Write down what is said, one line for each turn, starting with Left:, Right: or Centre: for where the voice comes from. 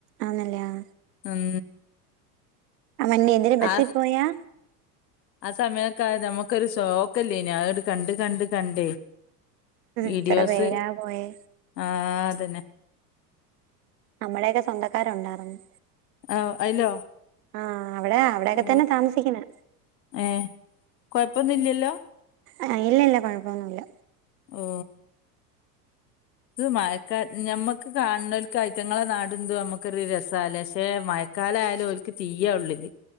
Right: ആന്നല്ലേ, ആ
Left: ഉം
Right: അവ ന്നീ എന്തര് ബസ്സീ
Left: ആ
Right: പോയാ
Left: ആ സമയൊക്കെ ആയാ നമക്കൊരു ഷോക്കല്ലേനോ അതണ്ട് കണ്ട് കണ്ട് കണ്ടേ വീഡിയോസ്,
Right: എത്ര പേരാ പോയേ
Left: ആ അതന്നെ
Right: നമ്മളെയൊക്കെ സ്വന്തക്കാരുണ്ടാർന്നു.
Left: ആഹ് അയിലോ
Right: ആഹ് അവിടെ അവിടെയൊക്കെ
Left: ഓ
Right: തന്നെ താമസിക്കുന്നെ
Left: ഏ കൊഴപ്പൊന്നുല്ലല്ലോ
Right: ആ ഇല്ല ഇല്ല കൊഴപ്പൊന്നുല്ല
Left: ഓ അ മക്ക ഞമ്മക്ക് കാണുന്നോൽക്ക് ഐറ്റങ്ങളെ നാടതു നമ്മുക്കറ രസാലെ മേ മയക്കായാലും ഒല്ക്ക് തീ യാ ഉള്ളില്